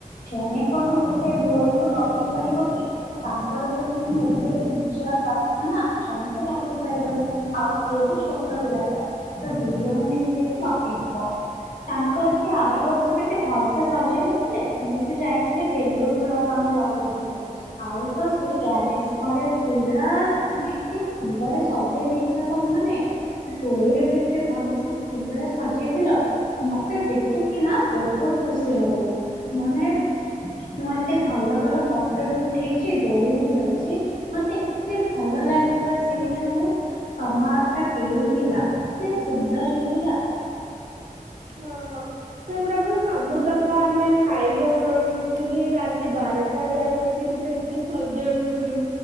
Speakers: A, on the left (about 70°); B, on the right (about 60°).
A: ଜଣେ କଣ ଗୋଟେ ଦୋଳିକୁ ଲଗେଇ ପାରିବ କି ତାଙ୍କର ତ ପୁଣି ଏତେ ଉଞ୍ଚା କାନ୍ଥ ନା ଜଣେ ତ ଲଗେଇ ପାରିବନି ଆଉ ସିଏ ବି ଛୋଟ ପିଲାଟା ତ ଦି ଜଣ ମିଶ ଲଗେଇ ହବ ତା ସେ ଆର ବର୍ଷ କେତେ ଭଲସେ ସଜେଇ ନଥିଲେ ମୁଁ ବି ଯାଇଥିଲି ବେଲୁନ ଗୁଡାକ ଆମେ ଲଗଉଥିଲେ ଆଉ ତ ସେଇ ଗ୍ୟାରେଜ ଘରେ ପୁରା ମାନେ ଏତେ ଫୁଲରେ ସଜେଇ ଦେଇଥିଲ ତମ ମାନେ ସେ ଦୋଳିରେ ବି ଏତେ ଭଲ ସେ ଫୁଲରେ ସଜେଇଥିଲ ମ ତେ ଦେଖିକିନା ବହୁତ ଖୁସି ଲାଗିଲା ମାନେ ମୁଁ ଏତେ ଭଲ ଭଲ ଫଟୋ ବି ଉଠେଇଛି ଦୋଳି ବି ଖେଳିଛି ମତେ ଏତେ ଭଲ ଲାଗିଲା ସେଇ ଯୋଉ ସମାର ଟା ହେଇଥିଲା ଏତେ ସୁନ୍ଦର ହେଇଥିଲା।
B: ହଁ। ସେଗୁଡାକ ସବୁ ଯାକ ଆମେ ସାଇର ମୋର ମି ସି କିି ରାତି ବାର ଟା ଯାଏ ବସିକି ସେଇଠି ସଜାଡୁଥିଲୁ